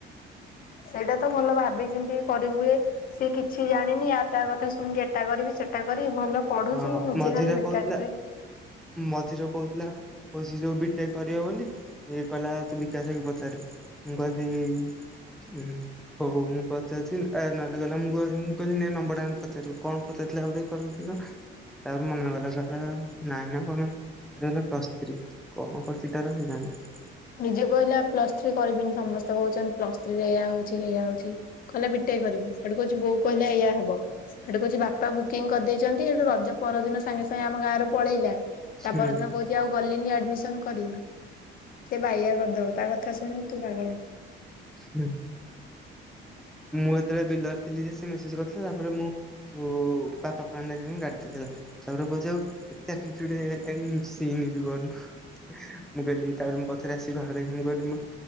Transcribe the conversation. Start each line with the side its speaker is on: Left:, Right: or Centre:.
Left: ସେଇଟା ତ ଭଲ ଭାବି ଚିନ୍ତିକି କରିହୁଏ ସିଏ କିଛି ଜାଣିନି, ଆ ତା କଥା ଶୁଣିକି ଏଟା କରିବି, ସେଟା କରିବି, ଭଲ ପଢୁଛି,
Centre: ହଁ
Left: ନିଜେ
Centre: ମଝିରେ
Left: ଖାଲି ବେକାରଟାରେ
Centre: କହୁଥିଲା ମଝିରେ କହୁଥିଲା, କଉଛି ଯୋଉ ବି ଟେକ୍ କରିବ ବୋଲି, ଇଏ କହିଲା ଆଉ ତୁ ବିକାଶ ଭାଇକି ପଚାରିବୁ ମୁଁ କହିଲି ଉମ୍ ହଉ ମୁଁ ପଚାରିଛି, ଆ ନହେଲେ କହିଲା ମୁଁ କହି ମୁଁ କହିଲି ନେ ନମ୍ବରଟା ନହେଲେ ପଚାରିବୁ, କଣ ପଚାରିଥିଲା ଆଉରା <unintelligible> ତାପରେ ମନା କଲା, କହିଲା କଇଲା ନାହିଁ ନା କଣ ତାପରେ କହିଲା ପ୍ଲସ ଥ୍ରି, କଣ କରୁଛି ତାର ସିଏ ଜାଣିଥିବ।
Left: ନିଜେ କହିଲା ପ୍ଲସ ଥ୍ରୀ କରିବିନି, ସମସ୍ତେ କହୁଛନ୍ତି ପ୍ଲସ୍ ଥ୍ରୀରେ ଏୟା ହଉଛି, ସେୟା ହଉଛି କହିଲା ବି ଟେକ୍ କରିବି। ସୋଉଟୁ କହୁଛିି ବୋଉ କହିଲା ଏଇଆ ହବ ସେଉଟୁ କହୁଛି ବାପା ବୁକିଂ କରିଦେଇଚନ୍ତି, ସେଉଠୁ ରଜ ପରଦିନ ସାଙ୍ଗେ ସାଙ୍ଗେ ଆମ ଗାଁରୁ ପଳେଇଲା ତା
Centre: ହୁଁ
Left: ପରଦିନ କହୁଛି ଆଉ ଗଲିନି ଆଡମିସନ କରି ସେ ବାଇଆ କରିଦବ, ତା କଥା ଶୁଣିବୁ ତୁ ପାଗଳ ହେଇ
Centre: ହୁଁ। ମୁଁ ହେତେବେଳେ ବିଲରେ ଥିଲି ଯେ ସେ ମେସେଜ କରିଥିଲା, ତାପରେ ମୁଁ ଓ ବାପା <unintelligible> ଗାଡି ଥିଲା ତାପରେ କହୁଛି ଆଉ ଏତେ ଆଟିଚୁଡ ହେଇଗଲାଣି, ସିନ ବି କରୁନୁ। ମୁଁ କଇଲି, ତାପରେ ମୁଁ ପଛରେ ଆସିିକି ଘରେ ମୁଁ କହିଲି ମୁଁ